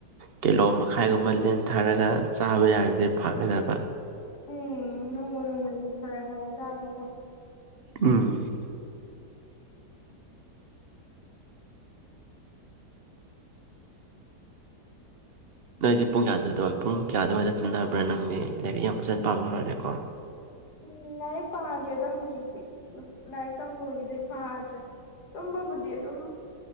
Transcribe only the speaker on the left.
ꯎꯝ ꯅꯣꯡꯃ ꯅꯣꯡꯃꯒꯤ ꯈꯔ ꯈꯔ ꯆꯥꯕꯀꯣ꯫
ꯎꯝ ꯂꯥꯏꯔꯤꯛ ꯄꯥꯗꯦꯗ ꯍꯧꯖꯤꯛꯇꯤ ꯂꯥꯏꯔꯤꯛ ꯇꯝ ꯂꯣꯏꯈꯤꯕꯗꯩ ꯄꯥꯗ꯭ꯔꯦ꯫ ꯇꯝꯕ ꯕꯨꯗꯤꯤ ꯑꯗꯨꯝ